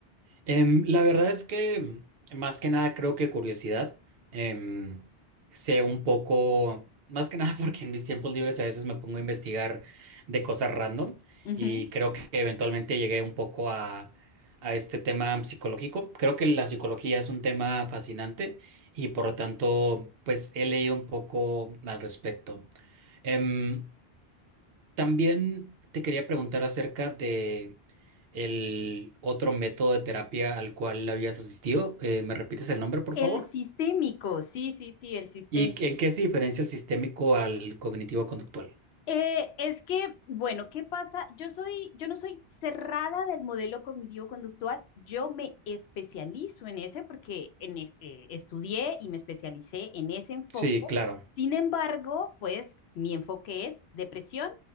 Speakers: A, on the right; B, on the left.
A: Em, la verdad es que más que nada creo que curiosidad. em, sé un poco, más que nada <laughs> porque en mis tiempos libres a veces me pongo a investigar de cosas random
B: Ujú.
A: y creo que eventualmente llegué un poco a, a este tema psicológico. Creo que la psicología es un tema fascinante y por lo tanto pues he leído un poco al respecto. Em, también te quería preguntar acerca de el otro método de terapia al cual habías asistido. Eh, ¿me repites el nombre, por
B: El
A: favor?
B: sistémico, sí, sí, sí, el sistémico.
A: ¿Y en qué se diferencia el sistémico al cognitivo conductual?
B: Eh, es que, bueno, ¿qué pasa? Yo soy, yo no soy cerrada del modelo cognitivo conductual, yo me especializo en ese porque en es- eh, estudié y me especialicé en ese enfoque.
A: Sí, claro.
B: Sin embargo, pues mi enfoque es depresión,